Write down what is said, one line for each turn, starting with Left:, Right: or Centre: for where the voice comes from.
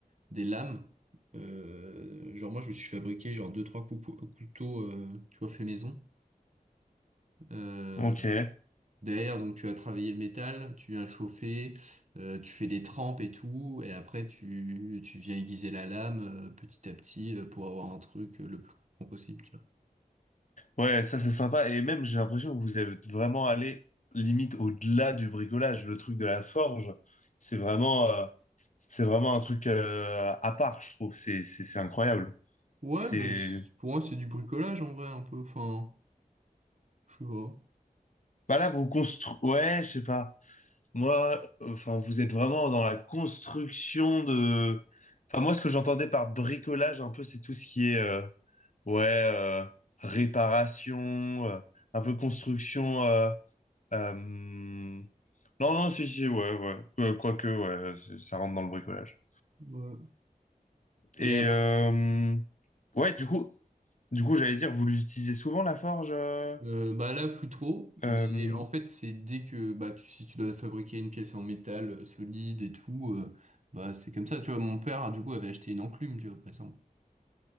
Right: des lames. Euh, genre, moi, je me suis fabriqué genre deux trois 3 couteaux, euh, tu vois, fait maison. Euh,
Left: ok,
Right: derrière, donc, tu as travaillé le métal, tu viens le chauffer, euh, tu fais des trempes et tout, et après, tu, tu viens aiguiser la lame euh, petit à petit euh, pour avoir un truc euh, le plus coupant possible, tu vois.
Left: ouais, ça c'est sympa. Et même j'ai l'impression que vous êtes vraiment allé limite au-delà du bricolage, le truc de la forge, c'est vraiment, euh, c'est vraiment un truc euh, à part, je trouve. C'est, c'est, c'est incroyable.
Right: Ouais,
Left: C'est.
Right: mais c- pour moi, c'est du bricolage en vrai, un peu. Enfin, je sais pas.
Left: Bah là, vous construisez. Ouais, je sais pas. Moi, enfin, vous êtes vraiment dans la construction de. Enfin, moi, ce que j'entendais par bricolage, un peu, c'est tout ce qui est. euh, Ouais, euh, réparation, euh, un peu construction. euh, euh, Non, non, si, si, ouais, ouais. Quoi- Quoique, ouais, c'est- ça rentre dans le bricolage.
Right: Ouais. Et
Left: Et.
Right: après,
Left: euh, Ouais, du coup, du coup, j'allais dire, vous l'utilisez souvent, la forge? euh,
Right: euh, bah là, plus trop.
Left: euh,
Right: Mais en fait, c'est dès que bah tu, si tu dois fabriquer une pièce en métal euh, solide et tout, euh, bah c'est comme ça. Tu vois, mon père, du coup, avait acheté une enclume, tu vois, par exemple.